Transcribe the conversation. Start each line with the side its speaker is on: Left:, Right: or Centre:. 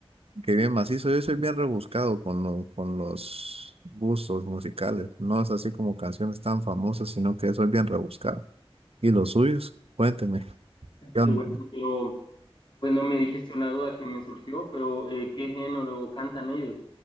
Right: que bien macizo. Yo soy bien rebuscado con, lo- con los gustos musicales. No es así como canciones tan famosas, sino que soy bien rebuscado. ¿Y los suyos? Cuénteme. ¿Qué onda?
Left: qué bueno, pero bueno, me dijiste una duda que me surgió, pero eh, ¿qué género cantan ellos?